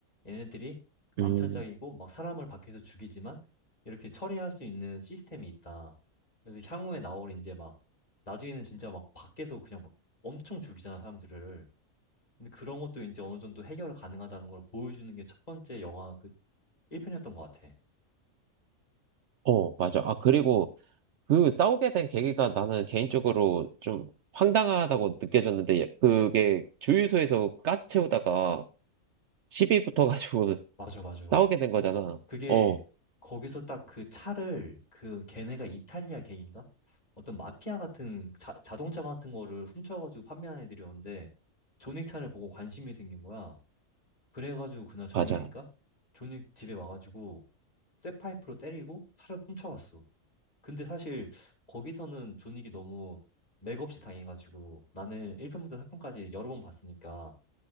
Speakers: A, on the left; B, on the right.
A: 얘네들이 암살자이고
B: 음,
A: 막 사람을 밖에서 죽이지만 이렇게 처리할 수 있는 시스템이 있다. 그래서 향후에 나올 이제 막 나중에는 진짜 막 밖에서 그냥 막 엄청 죽이잖아 사람들을. 근데 그런 것도 이제 어느 정도 해결 가능하다는 걸 보여주는 게 첫 번째 영화 그 1편이었던 것 같아.
B: 어, 맞아. 아, 그리고 그 싸우게 된 계기가 나는 개인적으로 좀 황당하다고 느껴졌는데, 예, 그게 주유소에서 가스 채우다가 시비 붙어가지고 <laughs>
A: 맞아, 맞아.
B: 싸우게 된 거잖아.
A: 그게
B: 어,
A: 거기서 딱 그 차를 그 걔네가 이탈리아 걔인가? 어떤 마피아 같은 자, 자동차 같은 거를 훔쳐가지고 판매하는 애들이었는데 존윅 차를 보고 관심이 생긴 거야. 그래가지고 그날 저녁인가?
B: 맞아.
A: 존윅 집에 와가지고 쇠파이프로 때리고 차를 훔쳐갔어. 근데 사실 거기서는 존윅이 너무 맥없이 당해가지고 나는 1편부터 4편까지 여러 번 봤으니까